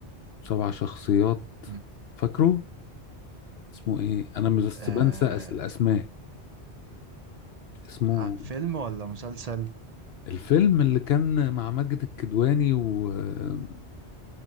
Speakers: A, on the left (about 70°); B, on the right (about 45°).
A: سبع شخصيات
B: مم.
A: فاكره اسمه ايه انا مش بس
B: آه...
A: بنسى أس- الاسماء اسمه
B: ع- فيلم ولا مسلسل
A: الفيلم اللي كان مع ماجد الكدواني وبيقول